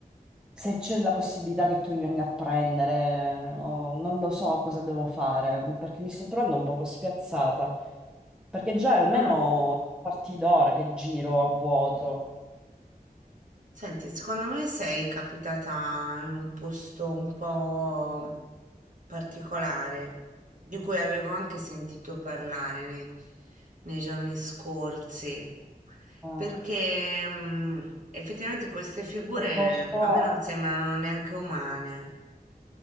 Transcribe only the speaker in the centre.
se c'è la possibilità che tu mi venga a prendere, o non lo so cosa devo fare, perché mi sto trovando un poco spiazzata, perché già è almeno
tre quarti d'ora che giro a vuoto.
Ma
che posto
è?